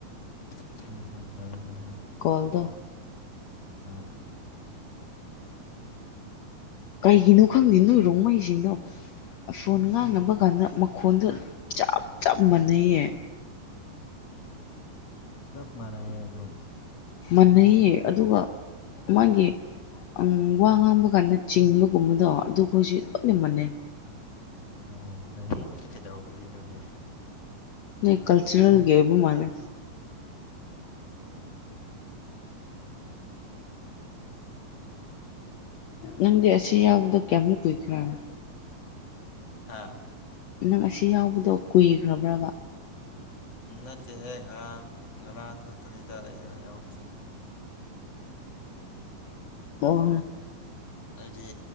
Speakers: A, on the left; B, on the left.
A: ꯑꯁꯤꯅ ꯐꯥꯔꯁ ꯇꯥꯏꯅꯦ ꯍꯣꯏ
B: ꯀꯣꯜꯗꯣ
A: ꯑ
B: ꯀꯩꯒꯤꯅꯣ ꯈꯪꯗꯦ ꯅꯣꯏ ꯔꯣꯡꯃꯩꯁꯤꯡꯗꯣ ꯐꯣꯟ ꯉꯥꯡꯅꯕ ꯀꯥꯟꯗ ꯃꯈꯣꯟꯗ ꯆꯞ ꯆꯞ ꯃꯥꯟꯅꯩꯌꯦ
A: ꯆꯞ ꯃꯥꯟꯅꯩ ꯑꯗꯨꯝ
B: ꯃꯥꯟꯅꯩꯌꯦ ꯑꯗꯨꯒ ꯃꯥꯒꯤ ꯪ ꯋꯥ ꯉꯥꯡꯕ ꯀꯥꯟꯗ ꯆꯤꯡꯕꯒꯨꯝꯕꯗꯣ ꯑꯗꯨꯒ ꯑꯩꯈꯣꯏꯁꯨ ꯂꯣꯏꯅ ꯃꯥꯟꯅꯩ
A: ꯎ ꯀꯩ ꯀꯩꯗꯕꯒꯤꯅꯣꯅꯦ
B: ꯅ ꯀꯜꯆꯔꯦꯜꯒꯤ ꯑꯣꯏꯕ ꯃꯥꯜꯂꯦ ꯅꯪꯗꯤ ꯑꯁꯤ ꯌꯥꯎꯕꯗꯣ ꯀꯌꯥꯃꯨꯛ ꯀꯨꯏꯈ꯭ꯔꯥꯅꯣ
A: ꯍꯥꯥ
B: ꯅꯪ ꯑꯁꯤ ꯌꯥꯎꯕꯗꯣ ꯀꯨꯏꯈ꯭ꯔꯕ꯭ꯔꯕ
A: ꯅꯠꯇꯦꯍꯦ ꯉꯔꯥꯡ ꯉꯔꯥꯡ ꯈꯛꯇꯅꯤꯗ ꯑꯩꯅ ꯌꯥꯎꯁꯦ
B: ꯑꯣ
A: ꯑꯩꯗꯤ